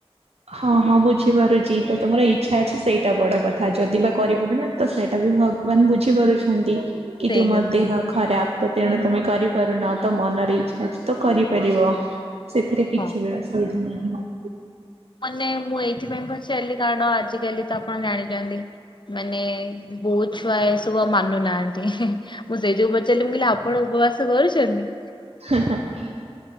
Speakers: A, on the right (about 75°); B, on the left (about 50°).
A: ହଁ ହଁ ବୁଝିପାରୁଛି ତ ତମର ଇଚ୍ଛା ଅଛି ସେଇଟା ବଡ କଥା। କଥା ଯଦି ବା
B: ଆଉ
A: କରିପାରୁନ ତ ସେଇଟା ବି ଭଗବାନ ବୁଝି ପାରୁଛନ୍ତି କି
B: ସେଇ
A: ତୁମ
B: କଥା
A: ଦେହ ଖରାପ ତ ତେଣୁ ତମେ କରିପାରୁନ ତ ମନରେ ଇଚଛା ତ କରିପାରିବ। ସେଥିରେ କିଛି
B: ହଁ।
A: ବି ଅସୁବିଧା ନାହିଁ।
B: ମାନେ ମୁଁ ଏଇଥିପାଇଁ ପଚାରିଲି କାରଣ ଆଜ କାଲି ତ ଆପଣ ଜାଣିଛନ୍ତି ମାନେ ବହୁତ ଛୁଆ ଏସବୁ ଆଉ ମାନୁନାହାଁନ୍ତି। ମୁଁ ସେଇଯୋଗୁ ପଚାରିଲି ମୁ କହିଲି ଆପଣ ଉପବାସ କରିଛନ୍ତି।
A: ହଁ ହଁ।